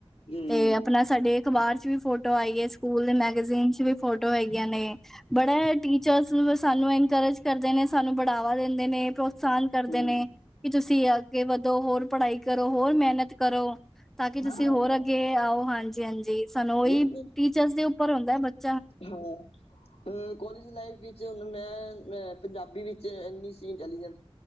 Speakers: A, on the left; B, in the centre.
A: ਹੂੰ
B: ਤੇ ਆਪਣਾ ਸਾਡੇ ਅਖਬਾਰ ਚ ਵੀ ਫੋਟੋ ਆਈ ਐ, ਸਕੂਲ ਦੇ ਮੈਗਜ਼ੀਨ ਚ ਵੀ ਫੋਟੋ ਹੈਗੀਆਂ ਨੇਂ। ਬੜਾ ਟੀਚਰਸ ਸਾਨੂੰ ਇਨਕਰੇਜ ਕਰਦੇ ਨੇਂ। ਸਾਨੂੰ ਬੜਾਵਾ ਦਿੰਦੇ ਨੇਂ, ਪ੍ਰੋਤਸਾਹਨ ਕਰਦੇ
A: ਹੂੰ
B: ਨੇਂ। ਕਿ ਤੁਸੀਂ ਅੱਗੇ ਵਧੋ, ਹੋਰ ਪੜ੍ਹਾਈ ਕਰੋ, ਹੋਰ ਮਿਹਨਤ ਕਰੋ। ਤਾਂ ਕਿ ਤੁਸੀਂ
A: ਹੂੰ
B: ਹੋਰ ਅੱਗੇ ਆਓ, ਹਾਂਜੀ ਹਾਂਜੀ। ਸਾਨੂੰ ਉਹੀ
A: ਬਿਲਕੁਲ
B: ਟੀਚਰਸ ਦੇ ਉੱਪਰ ਹੁੰਦਾ ਬਚ
A: ਹਾਂ। ਹਂ, ਕੋਲਜ ਲਾਈਫ ਵਿੱਚ ਹੁਣ ਮੈਂ ਅ ਪੰਜਾਬੀ ਵਿੱਚ ਇੰਨੀ ਸੀ ਇੰਟੈਲੀਜੈਂਟ।